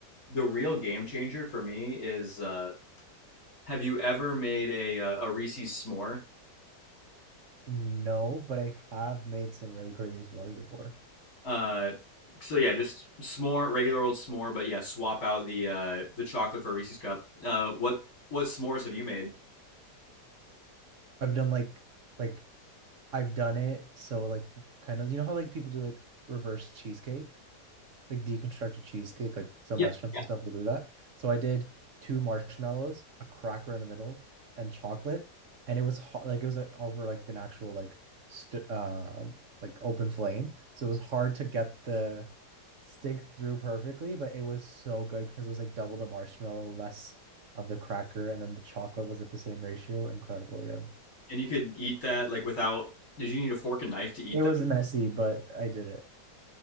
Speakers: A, on the left (about 55°); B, on the right (about 50°).
A: the real game changer for me is uh, have you ever made a uh, a Reese's s'more?
B: No, but I have made some really crazy s'mores before.
A: Uh, so yeah, just s'more, regular old s'more, but yeah, swap out the uh, the chocolate for a Reese's cup. Uh, what what s'mores have you made?
B: I've done like like I've done it so like kind of you know how like people do like reverse cheesecake? like deconstruct a cheesecake. Like some
A: Yeah,
B: restaurants
A: yeah.
B: and stuff will do that. So I did two marshmallows, a cracker in the middle, and chocolate. And it was hard, like it was like, over like an actual like st uh like open flame. So it was hard to get the stick through perfectly, but it was so good because it was like double the marshmallow, less of the cracker, and then the chocolate was at the same ratio. Incredible, yeah.
A: And you could eat that like without. Did you need a fork and knife to eat
B: It
A: that?
B: was messy, but I did it.